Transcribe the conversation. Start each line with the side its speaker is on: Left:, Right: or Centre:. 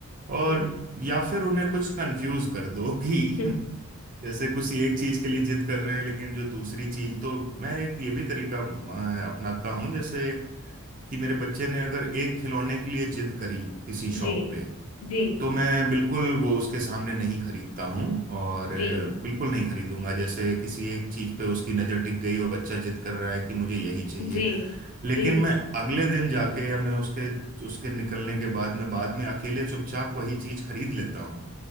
Right: और
Left: जी
Right: या फिर उन्हें कुछ कंफ्यूज कर दो कि
Left: हम्म,
Right: <laughs> जैसे कुछ एक चीज के लिए जिद कर रहे हैं लेकिन जो दूसरी चीज तो मैं एक ये भी तरीका अ, अपनाता हूँ जैसे कि मेरे बच्चे ने अगर एक खिलौने के लिए जिद करी किसी शॉप
Left: जी
Right: पे
Left: जी
Right: तो मैं बिल्कुल वो उसके सामने नहीं खरीदता हूँ और
Left: जी
Right: अ, बिल्कुल नहीं खरीदूंगा जैसे किसी एक चीज पे उसकी नजर टिक गई और बच्चा जिद कर रहा है कि मुझे यही चाहिए
Left: जी
Right: लेकिन
Left: जी
Right: मैं अगले दिन जाके या मैं उसके उसके निकलने के बाद मैं बाद में अकेले चुपचाप वही चीज खरीद लेता हूँ